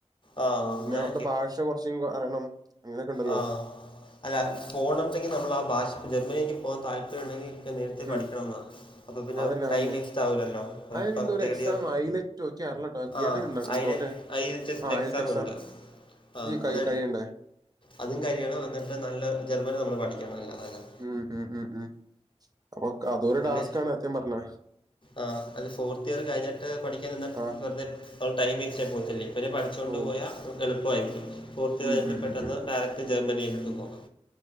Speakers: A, on the left (about 45°); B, on the right (about 35°).
A: ആ
B: പിന്നെ
A: ഞാൻ
B: അവരുടെ ഭാഷ കുറച്ച അറിയണം. അങ്ങനെയൊക്കെ ഉണ്ടല്ലോ
A: ആഹ് അല്ല പോകണണ്ടെങ്കിൽ നമ്മൾ ആഹ് ഭാഷ ജർമ്മനിയിലക്ക് പോകാൻ താല്പര്യമം ഉണ്ടെങ്കിൽ. നേരത്തെ
B: ഉം
A: പഠിക്കണമെന്നാണ് അപ്പോൾ പിന്നെ
B: അതന്നെ അതന്നെ
A: ടൈം വേസ്റ്റ് ആകില്ലല്ലോ
B: അതെന്തോ
A: ഇപ്പോൾ
B: ഒരു
A: തേർഡ്
B: എക്സാം
A: ഇയർ.
B: അയിലറ്റോ അറിയില്ലട്ടോ കേട്ടിട്ടുണ്ടോ
A: ആഹ് <unintelligible>
B: എന്തോ ആഹ്
A: എക്സാം
B: അയിലത്തെ
A: ഉണ്ട് ആഹ്
B: കൈ
A: അത്
B: കഴിയണ്ടേ
A: അതും കഴിയണം എന്നിട്ട് നല്ല ജർമ്മൻ നമ്മൾ പഠിക്കണം അല്ലാരം
B: ഉം ഉം ഉം ഉം <unintelligible>
A: അല്ലെ
B: ആണ് സത്യം പറഞ്ഞ
A: ആഹ് അല്ലെ ഫോർത്ത് ഇയർ കഴിഞ്ഞിട്ട് പഠിക്കാൻ നിനിട്ട്
B: ആഹ്
A: വെർതെ <unintelligible> പഠിച്ചോണ്ട്
B: ഓ
A: പോയാ എളുപ്പയിരിക്കും ഓക്ക് <unintelligible>
B: ഉം ഉം
A: പെട്ടെന്ന്
B: ഉം ഉം
A: ഡയറക് ജർമ്മനിയിൽക് പോണം